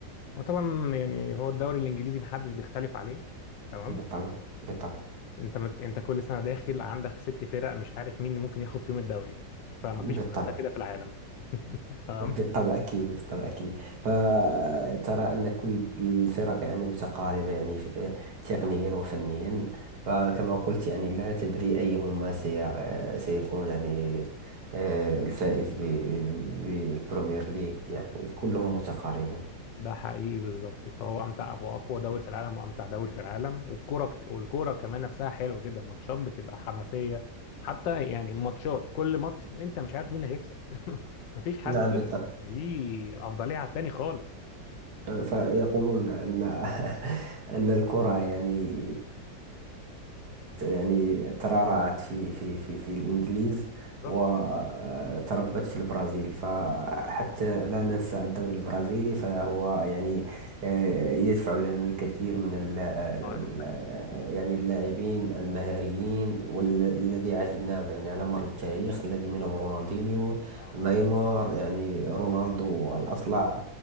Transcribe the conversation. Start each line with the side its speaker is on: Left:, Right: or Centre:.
Left: وطبعا يعني هو الدوري الإنجليزي محدش بيختلف عليه تمام
Right: بالطبع بالطبع
Left: انت مت... انت كل سنه داخل عندك ست فرق مش عارف مين ممكن ياخد فيهم الدوري فمفيش
Right: بالطبع
Left: منافسه كده في العالم <laughs> تمام
Right: بالطبع أكيد بالطبع أكيد فترى أن كل الفرق يعني متقاربة يعني ف- تقنيا وفنيا فكما قلت يعني لا تدري أيهما سي آه، سيكون يعني آه، الفائز ب- بالبريمير ليج يعني كلهم متقاربون
Left: ده حقيقي بالظبط فهو امتع هو اقوى دوري في العالم وامتع دوري في العالم والكوره ك- والكوره كمان نفسها حلوه جدا ماتشات بتبقى حماسيه حتى يعني ماتشات كل ماتش انت مش عارف مين اللي هيكسب <laughs> مفيش حد
Right: نعم بالطبع
Left: ليه افضليه على التاني خالص
Right: فيقولون أن <laughs> أن الكرة يعني يعني ترعرعت في في في في الإنجليز
Left: بالظبط
Right: وتربت في البرازيل فحتى لا ننسى الدوري البرازيلي فهو يعني آه، يدفع لنا الكثير من ال- آه،
Left: آه،
Right: ال-
Left: آه،
Right: آه، يعني اللاعبين المهاريين والذي عهدناهم يعني على مر التاريخ الذي منهم رونالدينيو
Left: آه،
Right: نيمار يعني رونالدو الأصلع